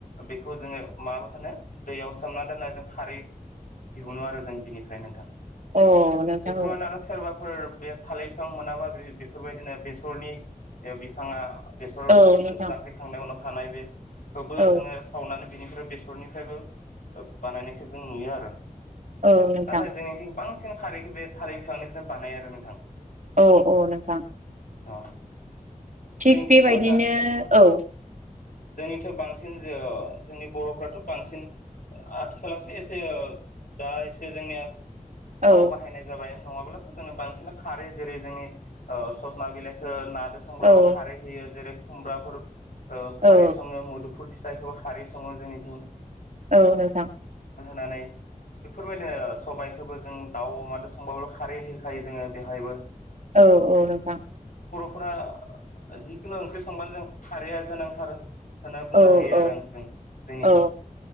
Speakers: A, on the left; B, on the right.
A: बेखौ जोङो मा होनो दैयाव सोमना दोननो जों खारै दिहुनो आरो जों बिनिफ्राय नोंथां
B: औ नोंथां
A: बेफोरावनो
B: औ
A: आरो सोरबा फोर बे थालिर बिफां मोनाबा बेफोरबायदिनो बेसरनि बिफाङा बेसर
B: औ नोंथां
A: जांख्रिखांनायनि उनाव थानाय बेखौबो
B: औ
A: जोङो सावनानै बेनिफ्राय बेसरनिफ्रायबो बानायनायखौ जों नुयो आरो
B: औ नोंथां
A: नाथाय जोंनिथिं बांसिन खारैखौ बे थारै बिफांनिफ्राय बानाय आरो नोंथां ।
B: औ औ नोंथां
A: अ
B: थिग
A: जोंनिथिंथ'
B: बेबायदिनो
A: दा
B: औ ।
A: जोंनिथ' बांसिन ज जोंनि बर'फ्राथ' बांसिन आथिखालावसो एसे ओ दा एसे जोंनिया
B: औ
A: थाव बाहायनाय जाबाय । नङाबाथ जोंनो बांसिन खारै जेरै जों ओ सजना बिलाइखो ना संब्लाबो
B: औ
A: खारै होयो जेरै खुमब्राफोर ओ
B: औ
A: खारै सङो मुदुफुल जायखौबो खारै सङो जोंनिथिं ।
B: औ नोंथां
A: नानै बेफोरबायदिनो सबायाइखौबो जों दाउ अ मानो संबाब' खारै होखायो जोङो बेवहायबो ।
B: औ औ नोंथां
A: रा जिखुनु ओंख्रि संबानो जों खारैया गोनांथार । होनना बुंनो
B: औ
A: हायो आरो
B: औ
A: आं जों जोंनिथिं
B: औ